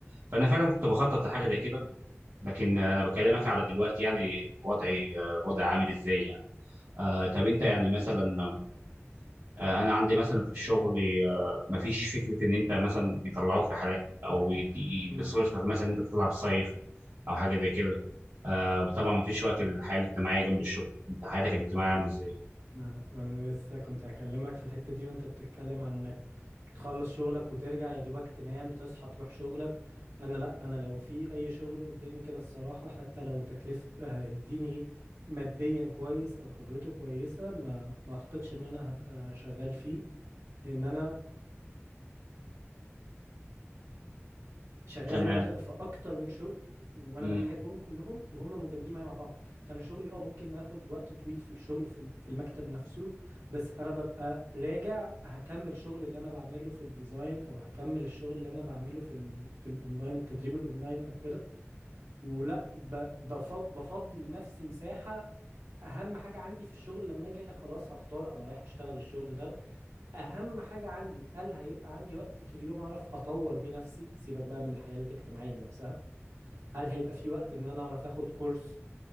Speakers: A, on the right; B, on the right.
A: فانا فعلا كنت بخطط لحاجه زي كده لكن آه، انا بكلمك على دلوقتي يعني وضعي آه، وضعي عامل ازاي يعني آه طب انت يعني مثلا آه، انا عندي مثلا في الشغل آه، مفيش فكره ان انت مثلا يطلعوك رحلات او يدي-
B: مم.
A: يصرف لك مثلا انت تطلع تصيف او حاجه زي كده آه، طبعا مفيش وقت للحياه الاجتماعيه جنب الشغل انت حياتك الاجتماعيه عامله ازاي
B: ما أنا ما أنا لسه كنت هكلمك في الحتة دي وأنت بتتكلم عن إنك بتخلص شغلك وترجع يا دوبك تنام تصحى تروح شغلك أنا لأ أنا لو في أي شغل قدامي كده الصراحة حتى لو تكلفة هيديني ماديا كويس أو خبرته كويسة ما ما أعتقدش إن أنا هبقى شغال فيه لأن أنا شغال
A: تمام
B: زي ما قلت لك في اكتر من شغل وانا
A: مم.
B: بحبهم كلهم وهم مندمجين معايا مع بعض فانا شغلي اه ممكن اخد وقت طويل في الشغل في ال- في المكتب نفسه بس انا ببقى راجع هكمل الشغل اللي انا بعمله في الديزاين او هكمل الشغل اللي انا بعمله في ال في الاونلاين التدريب الاونلاين او كده ولا ب- بفض بفضي لنفسي مساحة اهم حاجة عندي في الشغل لما اجي خلاص هختار انا رايح اشتغل الشغل ده اهم حاجة عندي هل هيبقى عندي وقت في اليوم اعرف اطور بيه نفسي سيبك بقى من الحياة الاجتماعية نفسها هل هيبقى في وقت ان انا اعرف اخد كورس